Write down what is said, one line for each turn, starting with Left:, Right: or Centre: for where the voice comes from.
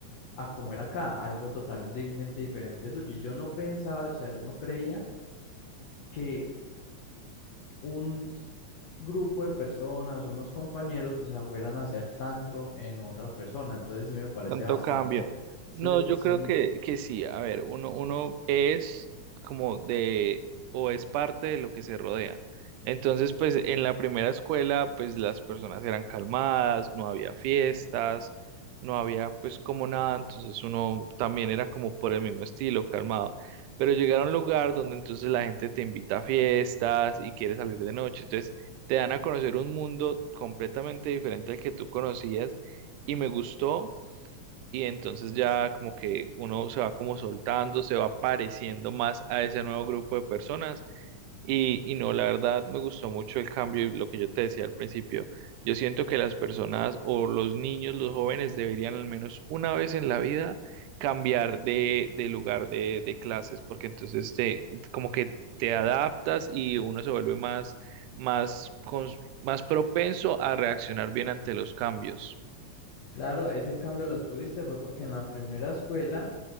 Left: a como era acá, algo totalmente diferente. Eso, y yo no pensaba, o sea, yo no creía que un grupo de personas, unos compañeros, o sea, fueran a hacer tanto en otra persona. Entonces sí me parece
Right: Tanto
Left: bastante
Right: cambio.
Left: cierto,
Right: No, yo
Left: sí.
Right: creo que, que sí. A ver, uno, uno es como de, o es parte de lo que se rodea. Entonces, pues en la primera escuela, pues las personas eran calmadas, no había fiestas, no había pues como nada. Entonces uno también era como por el mismo estilo, calmado. Pero llegar a un lugar donde entonces la gente te invita a fiestas y quiere salir de noche. Entonces te dan a conocer un mundo completamente diferente al que tú conocías y me gustó y entonces ya como que uno se va como soltando, se va pareciendo más a ese nuevo grupo de personas y, y no, la verdad me gustó mucho el cambio y lo que yo te decía al principio, yo siento que las personas o los niños, los jóvenes deberían al menos una vez en la vida cambiar de, de lugar de, de clases porque entonces te, como que te adaptas y uno se vuelve más, más, cons- más propenso a reaccionar bien ante los cambios.
Left: Claro, ese cambio lo tuviste fue porque en la primera escuela